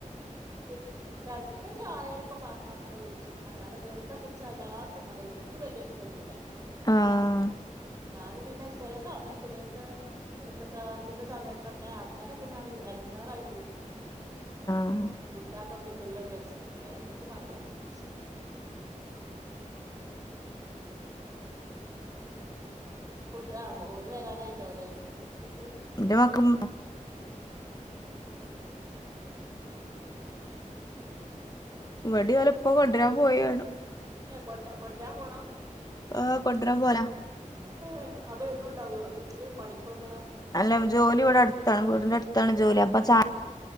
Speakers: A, on the right (about 25°); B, on the left (about 30°).
A: <unintelligible> ചിലപ്പ ചായലൊക്കെ പറഞ്ഞാ അങ്ങനെ കുടിച്ചും. അല്ലാതെ വെറുതെ കുടിച്ച എല്ലാർക്കും മടയും. വല്യഇഷ്ട ഒന്നുമില്ല.
B: ആഹ്
A: ഞാന് പിന്നെ ചില സമയത്ത് ഇവരൊക്കെ പ്രസാദത്തിന്റെ സമയത്തൊക്കെ അങ്ങനെയൊക്കെ ഞാന് എടങ്ങാറിയിട്ട് കുടിക്കും.
B: ആ
A: <unintelligible> കുട്ടികള് ഓര് വരാരായിട്ടോ കുട്ടികൾ സ്കൂൾ വിട്ട്
B: എന്റെ മോക്കും ഇവിടെയും ഇവരുടെ ഉപ്പ കൊണ്ടുവരാൻ പോയാണ്.
A: ഏയ് കൊ കൊണ്ടുവരാൻ പോണോ?
B: ആഹ് കൊണ്ടുവരാൻ പോല.
A: ഏഹ് അപ്പൊ എന്നും ഉണ്ടാവുവോ വീട്ടില് പണിക്ക് പോകുമ്പളോ?
B: അല്ല ജോലി ഇവിടെ അടുത്താണ് വീടിന്റെ അടുത്താണ് ജോലി അപ്പൊ ച